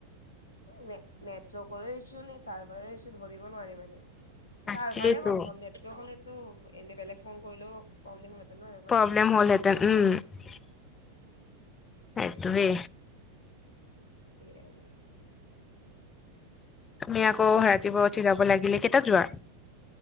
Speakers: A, on the left (about 75°); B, on the left (about 20°).
A: নে নেটৱৰ্কৰো ইছ্যু নে চাৰ্ভাৰ ইছ্যু ধৰিব নোৱাৰি মানে
B: তাকেইতো
A: চাৰ্ভাৰে সম্ভৱ নেট ত ক'লেতো এনে বেলেগ ফোন কৰিলেও প্ৰব্লেম হলহেঁতেন ন এনেকুৱাই৷
B: প্ৰব্লেম হ'লতেন উম সেইটোৱে৷
A: আৰু
B: তুমি আকৌ ৰাতিপুৱা
A: অ'কে
B: উঠি যাব লাগিলে কেইটাত যোৱা?